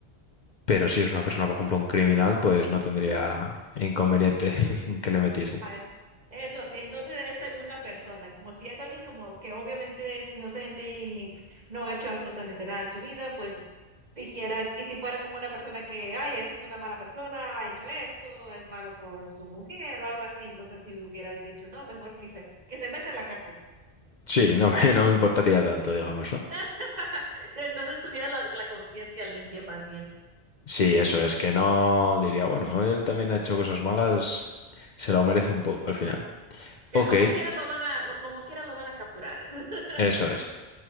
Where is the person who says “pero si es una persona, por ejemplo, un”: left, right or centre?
Left